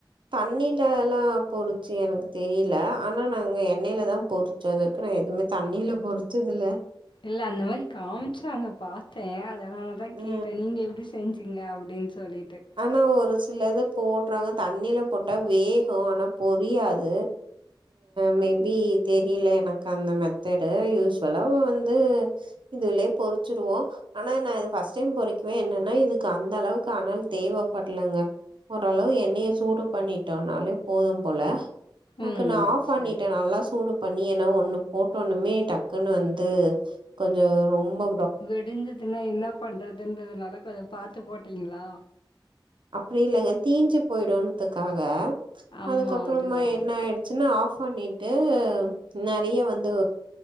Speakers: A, on the right (about 70°); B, on the left (about 70°).
A: தண்ணிலல்லா பொருச்சு எனக்கு தெரில ஆனா நாங்க எண்ணெய்ல தா பொரு சோதற்கு நா எதுமே தண்ணில பொருச்சது இல்ல
B: இல்ல அந்த மாரி காமிச்சாங்க பாத்தே அதுனாலதா
A: அ
B: கேட்டே நீங்க எப்டி செஞ்சிங்க அப்டின்னு சொல்லிட்டு
A: ஆனா ஒரு சில இது போட்றாங்க தண்ணில போட்டா வேகு ஆனா பொரியாது. மேபி தெரில எனக்கு அந்த மெத்தடு யூஸ்வலா வந்து இதுலெயே பொருச்சிருவோ ஆனா நா இது ஃபர்ஸ்ட் டைம் பொரிக்குவே என்னன்னா இதுக்கு அந்த அளவுக்கு அனல் தேவப்பட்லங்க ஓரளவு எண்ணய சூடு பண்ணிட்டோனாலே போது போல னக்கு
B: ம்.
A: நா ஆஃப் பண்ணிட்டே
B: சரி.
A: நல்லா சூடு பண்ணி என்ன ஒண்ணு போட்டோன்னுமே டக்குன்னு வந்து கொஞ்சொ ரொம்பொ
B: வெடிஞ்சதுன்னா என்ன பண்றதுன்றதுனால கொஞ்சொ பாத்து போட்டீங்களா
A: அப்டி இல்லங்க தீஞ்சு போய்டுந்த்துக்காக
B: ஆமா.
A: அதுக்கப்பறொமா
B: அது அதுக்கு.
A: என்ன ஆயி சின்ன ஆஃப் பண்ணிட்டு நறையா வந்து